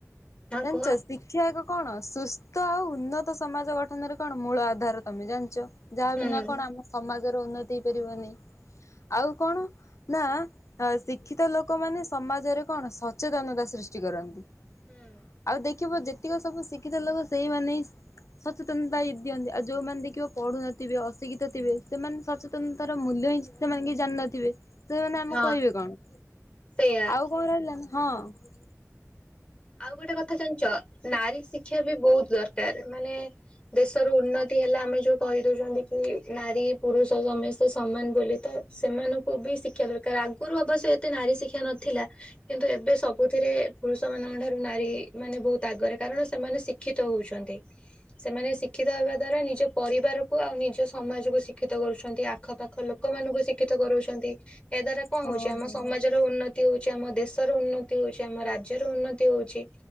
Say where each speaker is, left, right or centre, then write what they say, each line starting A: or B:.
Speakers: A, on the left; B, on the left.
A: ହଁ
B: ଜାଣିଛ
A: କୁହ।
B: ଶି ଶିକ୍ଷା ଆଗ କଣ ସୁସ୍ଥ ଆଉ ଉନ୍ନତ ସମାଜ ଗଠନରେ କଣ ମୂଳ ଆଧାର ତମେ ଜାଣିଛ। ଯାହା
A: ହୁଁ।
B: ବିନା କଣ ଆମ ସମାଜର ଉନ୍ନତି ହେଇପାରିବନି। ଆଉ କଣ ନା ଶିକ୍ଷିତ ଲୋକମାନେ ସମାଜରେ କଣ ସଚେତନତା ସୃଷ୍ଟି କରନ୍ତି।
A: ହୁଁ।
B: ଆଉ ଦେଖିବ ଯେତିକି ସବୁ ଶିଖିତ ଲୋକ ସେଇମାନେ ସଚେତନତା ଦିଅନ୍ତି ଆଉ ଯୋଉମାନେ ଦେଖିବ ପଢୁନଥିବେ ଅଶିକ୍ଷିତ ଥିବେ ସେମାନେ ସଚେତନତାର ମୂଲ୍ୟ ହିଁ ସେମାନେ କିଛି ଜାଣି ନଥିବେ ତ ସେମାନେ ଆମକୁ
A: ହଁ
B: କହିବେ କଣ।
A: ସେଇଆ।
B: ଆଉ କଣ ରହିଲା ନା ହଁ।
A: ଆଉ ଗୋଟେ କଥା ଜାଣିଛ ନାରୀ ଶିକ୍ଷା ବି ବହୁତ ଦରକାର ମାନେ ଦେଶର ଉନ୍ନତି ହେଲା ଆମେ ଯୋଉ କହି ଦଉଛନ୍ତି କି ନାରୀ ପୁରୁଷ ସମସ୍ତେ ସମାନ ବୋଲି ତ। ସେମାନଙ୍କୁ ବି ଶିକ୍ଷା ଦରକାର ଆଗରୁ ଅବଶ୍ୟ ଏତେ ନାରୀ ଶିକ୍ଷା ନଥିଲା। କିନ୍ତୁ ଏବେ ସବୁଥିରେ ପୁରୁଷ ମାନଙ୍କ ଠା ନାରୀ ମାନେ ବହୁତ ଆଗରେ କାରଣ ସେମାନେ ଶିକ୍ଷିତ ହଉଛନ୍ତି। ସେମାନେ ଶିକ୍ଷିତ ହେବା ଦ୍ଵାରା ନିଜ ପରିବାରକୁ ଆଉ ନିଜ ସମାଜକୁ ଶିକ୍ଷିତ କରୁଛନ୍ତି ଆ। ଆଖ ପାାଖ ଲୋକ ମାନଙ୍କୁ ଶିକ୍ଷିତ କରୋଉଛନ୍ତି। ଏହା ଦ୍ଵାରା କଣ
B: ହଁ
A: ହଉଛି ଆମ
B: ହଁ
A: ସମାଜର ଉନ୍ନତି ହଉଛି ଆମ ଦେଶର ଉନ୍ନତି ହଉଛି ଆମ ରାଜ୍ୟର ଉନ୍ନତି ଉନ୍ନତି ହଉଛି